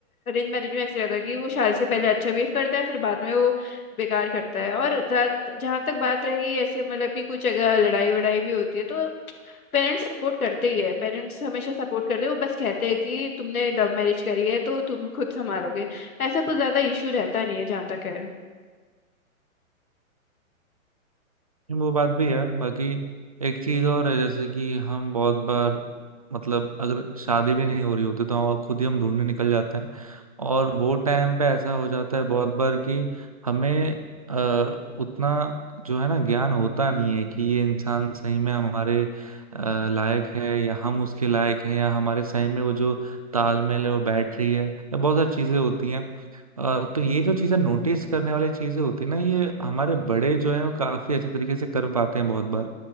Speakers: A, on the left (about 80°); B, on the right (about 30°).
A: अरेंज मैरिज में ऐसे रहता है कि वो शादी से पहले अच्छा बिहेव करता है फिर बाद में वो बेकार करता है और जहां तक बात रही ऐसे मतलब कि कुछ अगर लड़ाई वड़ाई भी होती है तो पेरेंट्स सपोर्ट करते ही है पेरेंट्स हमेशा सपोर्ट करते हैं वो बस कहते हैं कि तुमने लव मैरिज करी है तो तुम खुद संभालोगे ऐसा कुछ ज्यादा इशू रहता नहीं है जहाँ तक है
B: नहीं, वो बात भी है बाकी एक चीज और है जैसे कि हम बहुत बार मतलब अगर शादी भी नहीं हो रही होती तो हम खुद ही हम ढूंढने निकल जाते हैं और वो टाइम पे ऐसा हो जाता है बहुत बार कि हमें अ, उतना जो है ना ज्ञान होता नहीं है कि ये इंसान सही में हमारे अ, लायक है या हम उसके लायक हैं या हमारे सही में वो जो तालमेल है वो बैठ रही है या बहुत सारी चीजें होती हैं अ, तो ये जो चीजें नोटिस करने वाली चीजें होती है ना ये हमारे बड़े जो हैं वो काफी अच्छे तरीके से कर पाते हैं बहुत बार